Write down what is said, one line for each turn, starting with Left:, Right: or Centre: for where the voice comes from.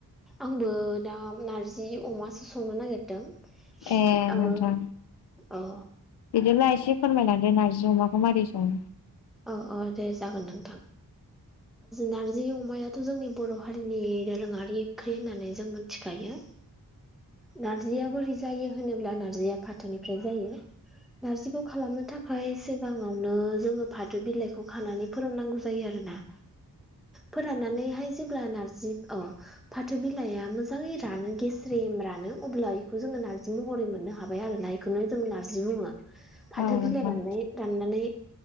Centre: आंबो दा नारजि अमासो संनो नागिरदों।
Left: ए नोंथां
Centre: औ।
Left: बिदिब्ला एसे फोरमायलांदो नारजि अमाखौ मारै सङो।
Centre: अ अ दे जागोन नोंथां नारजि अमाया थ' जोंनि बर' हारिनि दोरोङारि ओंख्रि होननानै जों मोनथिखायो। नार्जिया बोरै जायो होनोब्ला नार्जिया फाथोनिफ्राय जायो। नारजिखौ खालामनो थाखाय सिगाङावनो जोङो फाथो बिलाइखौ खानानै फोराननांगौ जायो आरोना फोराननानैहाय जेब्ला नारजि अह फाथो बिलाइआ मोजाङै रानो गेस्रेम रानो अब्ला बेखौ जोङो नारजि महरै मोननो हाबाय आरो ना। बेखौनो जों नारजि बुङो फाथो
Left: औ नोंथां
Centre: बिलाइ रान्नाय राननानै